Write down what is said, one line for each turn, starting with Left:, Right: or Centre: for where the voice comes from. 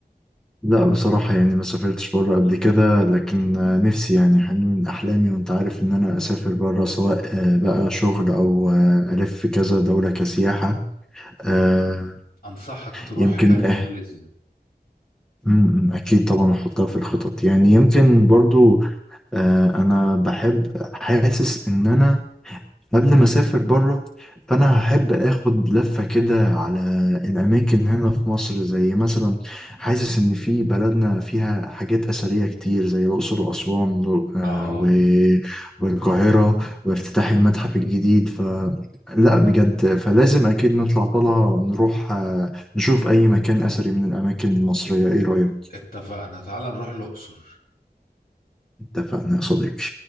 Centre: لا بصراحة يعني ما سافرتش بره قبل كده لكن نفسي يعني حلم من أحلامي وأنت عارف إن أنا أسافر بره سواء آه، بقى شغل أو آه، ألف كذا دولة كسياحة آه،
Left: انصحك تروح
Centre: يمكن
Left: آه،
Centre: آه،
Left: ماليزيا
Centre: م- م، أكيد طبعا أحطها في الخطط يعني يمكن برضو آه، أنا بحب حاسس إن أنا قبل ما اسافر بره فانا هحب اخد لفه كده على الاماكن هنا في مصر زي مثلا حاسس ان في بلدنا فيها حاجات اثريه كتير زي الاقصر واسوان آه،
Left: اه
Centre: و- والقاهره وافتتاح المتحف الجديد ف لا بجد فلازم اكيد نطلع طلعه نروح آه، نشوف اي مكان اثري من الاماكن المصريه ايه رايك
Left: اتفقنا تعال نروح الاقصر
Centre: اتفقنا يا صديقي